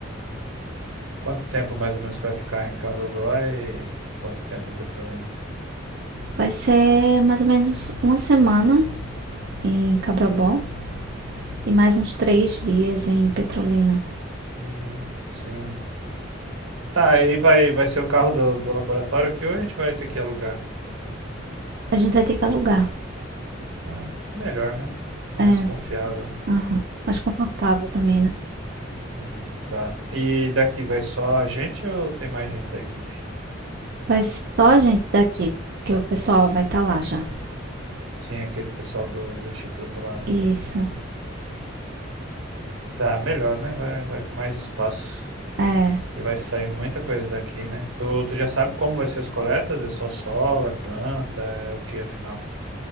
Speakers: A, on the right (about 80°); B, on the right (about 55°).
A: Quanto tempo mais ou menos que vai ficar em Cabrobol e quanto tempo em Petrolina?
B: Vai ser mais ou menos uma semana em Cabrobó e mais uns três dias em Petrolina.
A: Hum, sim. Tá, aí vai, vai ser o carro do, do laboratório aqui ou a gente vai ter que alugar?
B: A gente vai ter que alugar.
A: Ah, melhor, né? Mais
B: É,
A: confiável.
B: Aham. Mais confortável também, né?
A: Hum, tá. E daqui vai só a gente ou tem mais gente da equipe?
B: Vai só a gente daqui, porque o pessoal vai estar lá já.
A: Sim, aquele pessoal do, do instituto lá, né?
B: Isso.
A: Tá, melhor, né? Vai, vai com mais espaço.
B: É,
A: Que vai sair muita coisa daqui, né? Tu, tu já sabe como vai ser as coletas? É só solo, é planta, é o que afinal?